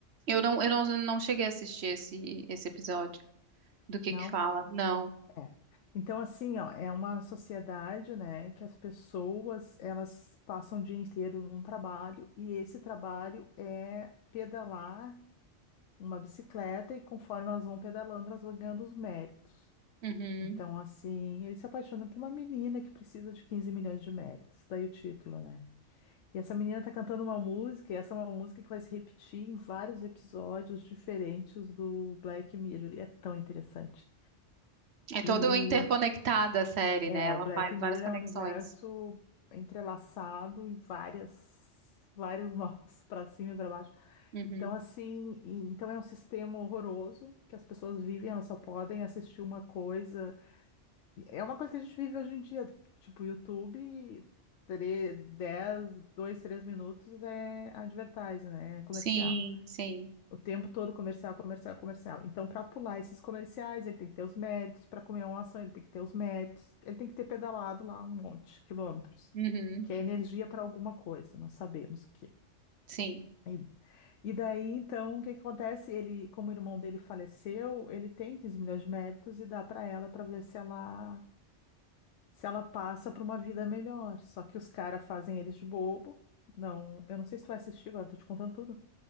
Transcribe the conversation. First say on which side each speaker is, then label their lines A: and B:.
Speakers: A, on the right (about 60°); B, on the left (about 80°).
A: Eu não, eu não, não cheguei a assistir esse, esse episódio. Do que
B: Não?
A: que fala? Não.
B: É. Então, assim, ó, é uma sociedade, né, que as pessoas, elas passam o dia inteiro num trabalho e esse trabalho é pedalar uma bicicleta e conforme elas vão pedalando, elas vão ganhando os méritos.
A: Uhum.
B: Então, assim, ele se apaixona por uma menina que precisa de 15 milhões de méritos, daí o título, né? E essa menina tá cantando uma música, e essa é uma música que vai se repetir em vários episódios diferentes do Black Mirror, e é tão interessante.
A: É toda
B: E
A: interconectada a série,
B: É,
A: né? Ela
B: o Black
A: faz
B: Mirror
A: várias conexões.
B: é um universo entrelaçado em várias, vários nós <laughs> para cima e para baixo.
A: Uhum.
B: Então, assim, e- então é um sistema horroroso que as pessoas vivem, elas só podem assistir uma coisa. E É uma coisa que a gente vive hoje em dia, tipo YouTube, tre- 10, 2, 3 minutos é advertising, né? É comercial.
A: Sim, sim.
B: O tempo todo comercial, comercial, comercial. Então, para pular esses comerciais, ele tem que ter os méritos. Para comer uma ação, ele tem que ter os méritos. Ele tem que ter pedalado lá um monte de quilômetros,
A: Uhum,
B: que é energia para alguma coisa, não sabemos o quê.
A: sim.
B: E, e daí, então, o que que acontece? Ele, como o irmão dele faleceu, ele tem 15 milhões de méritos e dá para ela para ver se ela se ela passa para uma vida melhor. Só que os caras fazem eles de bobo. Não, eu não sei se tu vai assistir agora, tô te contando tudo.